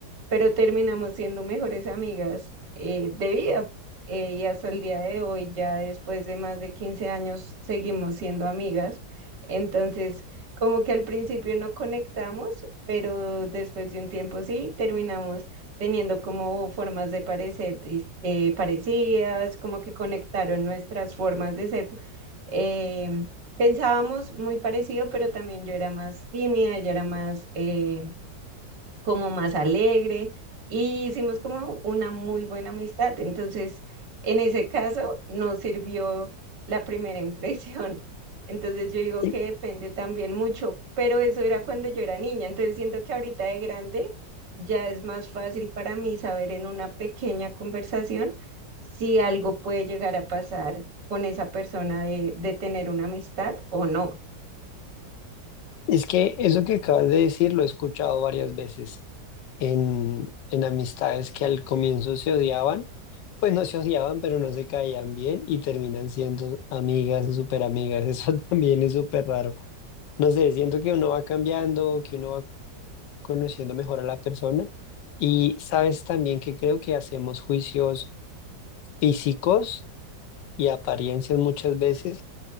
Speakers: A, on the right; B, on the left.
A: pero terminamos siendo mejores amigas eh, de vida. eh, y hasta el día de hoy, ya después de más de 15 años, seguimos siendo amigas. Entonces, como que al principio no conectamos, pero después de un tiempo sí, terminamos teniendo como formas de parecer dis- eh, parecidas, como que conectaron nuestras formas de ser. em, Pensábamos muy parecido, pero también yo era más tímida, ella era más, eh, como más alegre y hicimos como una muy buena amistad. Entonces, en ese caso, nos sirvió la primera <laughs> impresión. Entonces, yo digo
B: Y
A: que depende también mucho, pero eso era cuando yo era niña. Entonces, siento que ahorita de grande ya es más fácil para mí saber en una pequeña conversación si algo puede llegar a pasar con esa persona de, de tener una amistad o no.
B: Es que eso que acabas de decir lo he escuchado varias veces en, en amistades que al comienzo se odiaban, pues no se odiaban, pero no se caían bien y terminan siendo amigas o súper amigas. <laughs> Eso también es súper raro. No sé, siento que uno va cambiando, que uno va conociendo mejor a la persona y sabes también que creo que hacemos juicios físicos y apariencias muchas veces